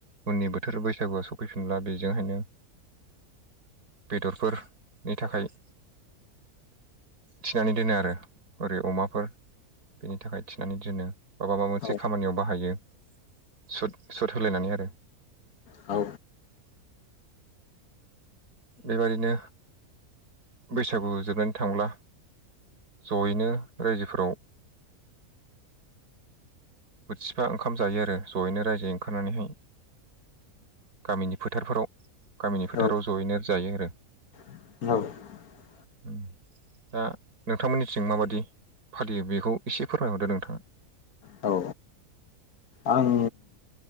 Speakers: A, on the right; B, on the left.
A: उननि बोथोर बैसागुआ सफैफिनला बेजोंहायनो बेदरफोरनि थाखाय थिनानै दोनो आरो ओरै अमाफोर बेनि थाखाय थिनानै दोनो बाबा माबा मोनसे
B: औ औ
A: खामानियाव बाहायो सुट सुद होलायनानै आरो
B: औ
A: बेबादिनो बैसागु जोबनानै थांब्ला जयैनो रायजोफोराव बोथिफा ओंखाम जायो आरो ज'यैनो रायजोयै ओंखारनानैहाय गामिनि फोथारफोराव गामिनि फोथाराव
B: औ
A: जयैनो जायो आरो
B: <unintelligible>
A: उम दा नोंथांमोननिथिं माबादि फालियो बेखौ एसे फोरमायहरदो नोंथांङा
B: औ आं